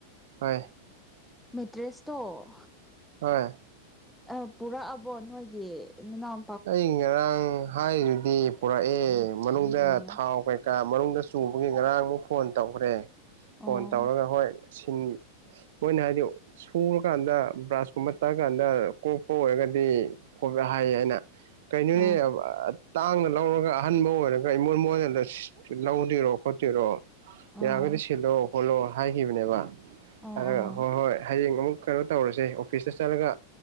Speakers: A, on the right; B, in the centre.
A: ꯍꯣꯢ
B: ꯃꯦꯇ꯭ꯔꯦꯁꯇꯣ
A: ꯍꯣꯏ
B: ꯑꯦ ꯄꯨꯔꯛꯑꯕꯣ ꯅꯣꯏꯒꯤ ꯅꯅꯥꯎ
A: ꯑꯩ ꯉꯔꯥꯡ ꯍꯥꯏꯔꯤꯗꯨꯗꯤ ꯄꯨꯔꯛꯑꯦ ꯃꯅꯨꯡꯗ
B: ꯑꯣ
A: ꯊꯥꯎ ꯀꯩꯀ ꯀꯥ ꯃꯅꯨꯡꯗ ꯆꯣꯡꯕꯒꯤ ꯉꯔꯥꯡꯃꯨꯛ ꯐꯣꯟ ꯇꯧꯒ꯭ꯔꯦ
B: ꯑꯣ
A: ꯐꯣꯟ ꯇꯧꯔꯒ ꯍꯣꯏ ꯁꯤꯟ ꯃꯣꯏꯅ ꯍꯥꯏꯗꯤ ꯁꯨꯔꯀꯥꯟꯗ ꯕ꯭ꯔꯁꯀꯨꯝꯕ ꯇꯛꯑꯀꯥꯟꯗ ꯀꯣꯛꯄ ꯑꯣꯏꯔꯒꯗꯤ ꯍꯣꯕ꯭ꯔꯥ ꯍꯥꯏꯌꯦꯅ ꯀꯩꯅꯣꯅꯦ
B: ꯑꯥ
A: ꯑ ꯇꯥꯡꯅ ꯂꯧꯔꯒ ꯑꯍꯟꯕ ꯑꯣꯏꯔꯒ ꯏꯃꯣꯏ ꯃꯣꯏꯅ ꯂꯁꯤꯠ ꯂꯧꯗꯨꯏꯔꯣ ꯈꯣꯠꯇꯨꯏꯔꯣ
B: ꯑꯥ
A: ꯌꯥꯔꯒꯗꯤ ꯁꯤꯜꯂꯣ ꯍꯣꯠꯂꯣ ꯍꯥꯏꯈꯤꯕꯅꯦꯕ
B: ꯑꯣ
A: ꯍꯥꯏꯔꯒ
B: ꯑꯣ
A: ꯍꯣꯏ ꯍꯣꯏ ꯍꯌꯦꯡ ꯑꯃꯨꯛ ꯀꯩꯅꯣ ꯇꯧꯔꯁꯦ ꯑꯣꯐꯤꯁꯇ ꯆꯠꯂꯒ